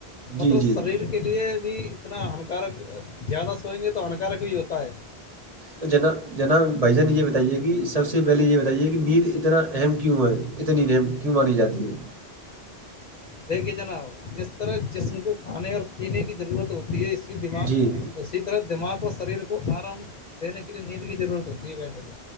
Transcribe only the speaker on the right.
جی جی
تو جنا جناب بھائی جان یہ بتائیے کہ سب سے پہلے یہ بتائیے کہ نیند اتنا اہم کیوں ہے اتنی نم کیوں ماری جاتی ہے
جی